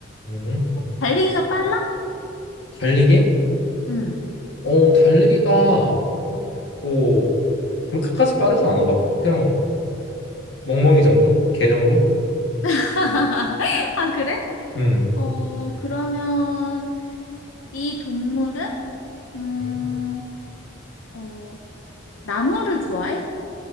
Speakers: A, on the left (about 60°); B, on the left (about 80°).
A: 음.
B: 달리기가 빨라?
A: 달리기?
B: 응.
A: 어 달리기가 뭐 그렇게까지 빠르진 않아 막 그냥 멍멍이 정도? 개 정도?
B: <laughs> 아, 그래?
A: 음.
B: 어, 그러면 이 동물은 음,
A: 음.
B: 어, 나무를 좋아해?